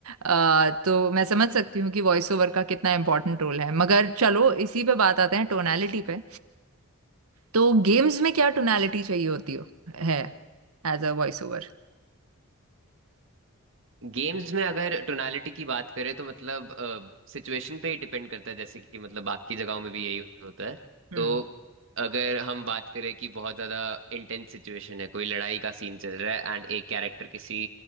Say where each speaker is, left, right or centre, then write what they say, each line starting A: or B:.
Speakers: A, on the right; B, on the right.
A: अ, तो मैं समझ सकती हूँ कि वॉइस ओवर का कितना इम्पोर्टेंट रोल है मगर चलो इसी पे बात आते हैं टोनालिटी पे तो गेम्स में क्या टोनालिटी चाहिए होती हो है एज अ वॉइस ओवर
B: गेम्स में अगर टोनालिटी की बात करें तो मतलब सिचुएशन पे ही डिपेंड करता है जैसे कि मतलब बाकी जगहों में भी यही होता है
A: हम्म
B: तो अगर हम बात करें कि बहुत ज्यादा इंटेंस सिचुएशन है कोई लड़ाई का सीन चल रहा है एंड एक कैरेक्टर किसी